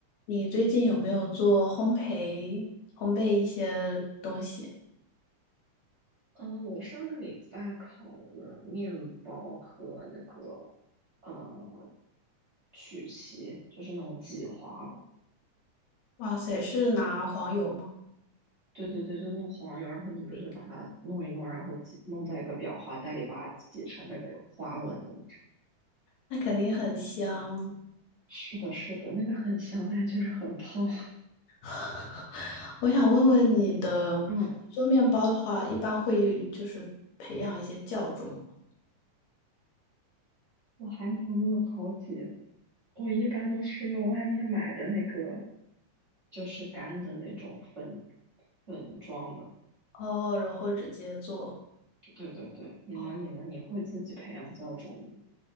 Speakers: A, on the left; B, on the right.
A: 你最近有没有做烘焙、烘焙一些东西？
B: 呃，我上个礼拜烤了面包和那个呃曲奇，就是那种挤花的。
A: 哇塞，是拿黄油吗？
B: 对对对，就那种黄油，然后你不是把它弄一弄，
A: 饼干
B: 然后挤弄在一个裱花袋里，把它挤成那个有花纹的那种。
A: 那肯定很香。
B: 是的，是的，那个很香，但是就是很胖。<laughs>
A: <laughs> 我想问问你的，
B: 嗯，
A: 做面包的话，一般会就是培养一些酵种吗？
B: 我还没有那么高级，我一般都是用外面买的那个，就是干的那种粉粉状的。
A: 哦，然后直接做。
B: 对对对，你呢？
A: 哦，
B: 你呢？你会自己培养教种吗？